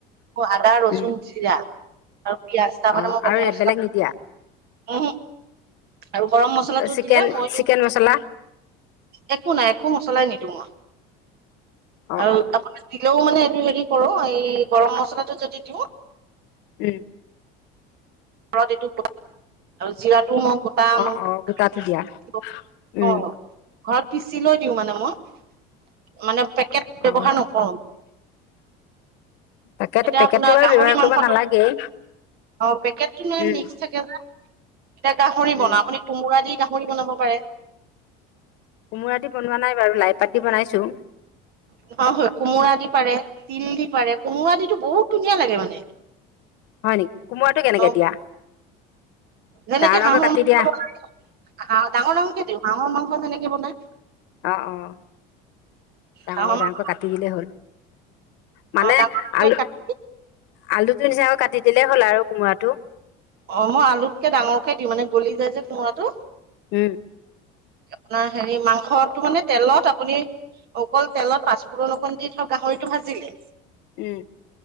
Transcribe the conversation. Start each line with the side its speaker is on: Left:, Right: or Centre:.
Right: মই আদা ৰচুন
Left: উম
Right: জিৰা আৰু পিয়াজ তাৰ
Left: অ
Right: মানে মই বেলেগ মছলা
Left: <unintelligible> নিদিয়া?
Right: উহু আৰু গৰম মছলাটো
Left: চিকেন
Right: দিলে মই-
Left: চিকেন মছলা
Right: একো নাই একো মছলাই নিদিওঁ মই
Left: অ
Right: আৰু
Left: অ
Right: <unintelligible> দিলেও মানে এইটো হেৰি কৰো এই গৰম মছলাটো যদি দিওঁ
Left: <unintelligible>
Right: <unintelligible> আৰু জিৰাটোও মই <unintelligible> <unintelligible>
Left: অ অ গোটাটো দিয়া উম
Right: ঘৰত পিচি লৈ দিওঁ মানে মই মানে পেকেট
Left: অ
Right: ব্যৱহাৰ নকৰোঁ।
Left: তাকেতো
Right: এতিয়া
Left: পেকেটটো
Right: আপোনাৰ
Left: বাৰু
Right: গাহৰি
Left: ব্যৱহাৰ
Right: মাংসটো
Left: কৰিব নালাগেই
Right: অ' পেকেটটো <unintelligible>
Left: উম
Right: মিক্স থাকে যে এতিয়া গাহৰি
Left: উম
Right: বনা আপুনি কোমোৰা দি গাহৰি বনাব পাৰে।
Left: কোমোৰা দি বনোৱা নাই বাৰু লাইপাত দি বনাইছো।
Right: <unintelligible> কোমোৰা দি পাৰে তিল দি পাৰে কোমোৰা দি বহুত ধুনীয়া লাগে মানে।
Left: হয় নেকি। কোমৰাটো কেনেকে
Right: অ
Left: দিয়া?
Right: যেনেকে
Left: ডাঙৰ ডাঙৰকৈ
Right: হাঁহৰ
Left: কাটি
Right: মাংস
Left: দিয়া
Right: বনাই ডাঙৰ ডাঙৰ কে দিও হাঁহৰ মাংস যেনেকে বনাই
Left: অ' অ' ডাঙৰ
Right: হাঁহৰ মাংস
Left: ডাঙৰকৈ কাটি দিলেই হ'ল। মানে
Right: অ ডাঙৰ ডাঙৰকে
Left: আলু
Right: কাটি
Left: আলুটো নিচিনাকৈ কাটি দিলেই হ'ল আৰু কোমোৰাটো।
Right: অ', মই আলুতকে ডাঙৰকে দিওঁ মানে গলি যায় যে কোমোৰাটো।
Left: উম,
Right: আপোনাৰ হেৰি মাংসটো মানে তেলত আপুনি অকল তেলত পাঁচফোৰণ অকণ দি থ গাহৰিটো ভাজিলে।
Left: উম,